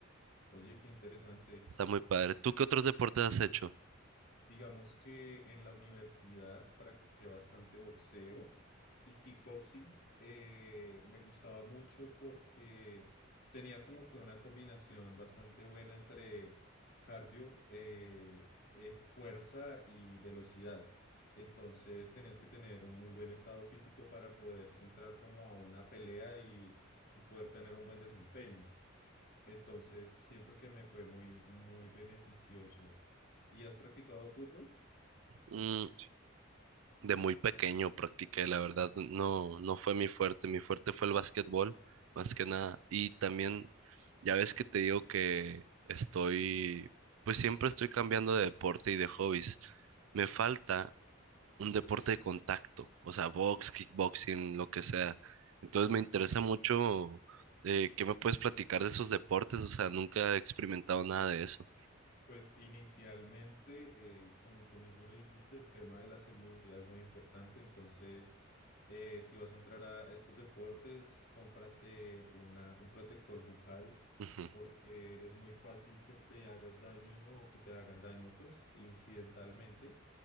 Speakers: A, on the left; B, on the right.
A: Oye, qué interesante.
B: Está muy padre. ¿Tú qué otros deportes has hecho?
A: Digamos que en la universidad practiqué bastante boxeo y kickboxing. eh, me gustaba mucho porque tenía como que una combinación bastante buena entre cardio, eh, eh, fuerza y velocidad. Entonces tenías que tener un muy buen estado físico para poder entrar como a una pelea y, y poder tener un buen desempeño. Entonces siento que me fue muy, muy beneficioso. ¿Y has practicado fútbol?
B: Mm, De muy pequeño practiqué, la verdad, no, no fue mi fuerte, mi fuerte fue el básquetbol, más que nada. Y también, ya ves que te digo que estoy, pues siempre estoy cambiando de deporte y de hobbies. Me falta un deporte de contacto, o sea, box, kickboxing, lo que sea. Entonces me interesa mucho, eh, ¿qué me puedes platicar de esos deportes? O sea, nunca he experimentado nada de eso.
A: Pues inicialmente, eh, como tú mismo lo dijiste, el tema de la seguridad es muy importante. Entonces, eh, si vas a entrar a estos deportes, cómprate una, un protector bucal
B: Ujú,
A: porque es muy fácil que te hagas daño o que te hagan daño, pues, incidentalmente.